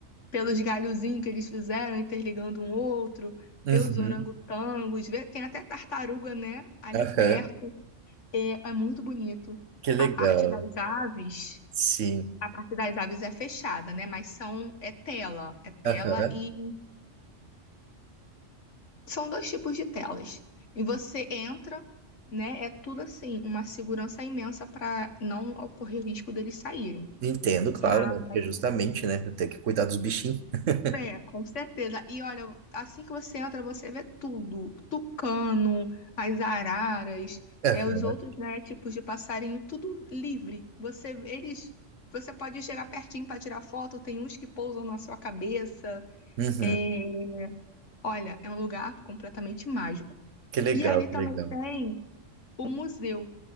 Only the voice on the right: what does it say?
uhum,
aham.
Que legal.
Sim.
Aham,
Entendo, claro,
né? Porque justamente, né? Tem que cuidar dos bichinhos. <laughs>
Aham,
Uhum.
Que legal,
que legal.